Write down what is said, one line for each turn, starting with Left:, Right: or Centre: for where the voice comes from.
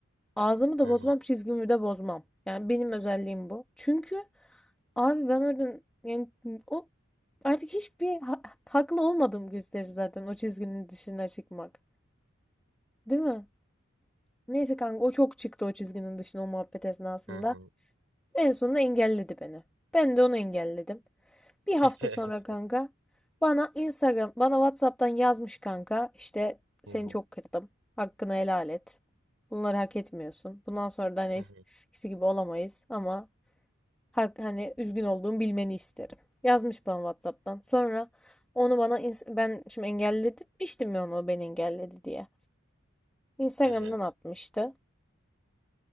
Centre: Ağzımı da
Right: Hı
Centre: bozmam,
Right: hı,
Centre: çizgimi de bozmam. Yani benim özelliğim bu. Çünkü abi ben oradan yani o artık hiçbir ha- haklı olmadığım gösterir zaten o çizginin dışına çıkmak. Değil mi? Neyse kanka o çok çıktı o çizginin dışına o muhabbet esnasında.
Right: hı hı,
Centre: En sonunda engelledi beni. Ben de onu engelledim. Bir hafta
Right: <laughs>
Centre: sonra kanka bana Instagram, bana WhatsApp'tan yazmış kanka işte
Right: Hı
Centre: seni
Right: hı.
Centre: çok kırdım. Hakkını helal et. Bunları hak etmiyorsun. Bundan sonra da hani
Right: hı
Centre: eskisi
Right: hı.
Centre: gibi olamayız ama hak, hani üzgün olduğumu bilmeni isterim. Yazmış bana WhatsApp'tan. Sonra onu bana ins- ben şimdi engellemiştim ya onu o beni engelledi diye. Instagram'dan
Right: Hı hı.
Centre: atmıştı.